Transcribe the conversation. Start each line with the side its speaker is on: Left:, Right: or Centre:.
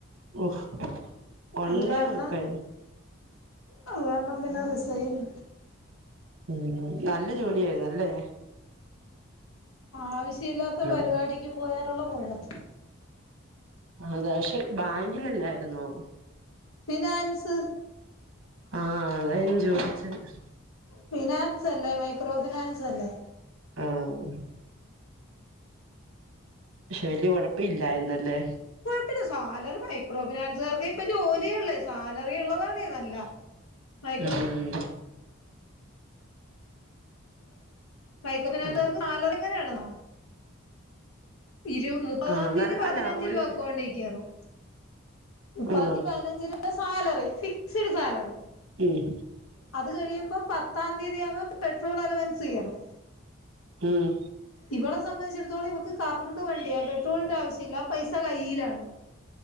Right: ഓഹ് ഉണ്ട്
Left: അത് കാരണം
Right: ഒക്കെ
Left: അത് കാരണം പിന്നെ റിസൈന്‍
Right: ഉം നല്ല ജോലിയായിരുന്നു അല്ലേ
Left: ആവശ്യമില്ലാത്ത
Right: ഹലോ
Left: പരിപാടിക്ക് പോയാലുള്ള കുഴപ്പം
Right: അതെ പക്ഷെ ബാങ്കിലല്ലായിരുന്നോ
Left: ഫിനാൻസ്
Right: ആഹ് അതാ ഞാൻ ചോദിച്ചത്
Left: ഫിനാൻസ് അല്ലേ മൈക്രോ ഫിനാൻസ് അല്ലേ
Right: ആഹ് പക്ഷെ വലിയ കുഴപ്പം ഇല്ലായിരുന്നല്ലേ
Left: പിന്നെ സാലറി മൈക്രോ ഫിനാൻസുകാർക്കെ ഇപ്പം ജോലിയൊള്ളേ സാലറി ഉള്ളതാണേ നല്ല മൈക്രോ
Right: ഉം
Left: മൈക്രോ ഫിനാൻസുകാർക്ക്
Right: ആഹ്
Left: സാലറി എങ്ങനെയാണെന്നോ ഇരു മുപ്പതാം
Right: ആഹ്
Left: തീയതി
Right: നല്ല
Left: പതിനഞ്ച്
Right: അല്ല ഒരു
Left: രൂപ അക്കൗണ്ടിക്കേറും മുപ്പതാം
Right: ആഹ്
Left: തീയതി പതിനഞ്ച് രൂപ അത് സാലറി ഫിക്സഡ് സാലറി
Right: ഉംഹ്
Left: അത് കഴിയുമ്പൾ പത്താം തീയതി ആവുമ്പോ പെട്രോൾ അലവൻസ് കയറും
Right: ഉംഹ്
Left: ഇവളെ സംബന്ധിച്ചിടത്തോളം ഇവക്ക് കറണ്ട് വണ്ടിയാ പെട്രോളിന്റെ ആവശ്യമില്ല പൈസ കയ്യിലാണ്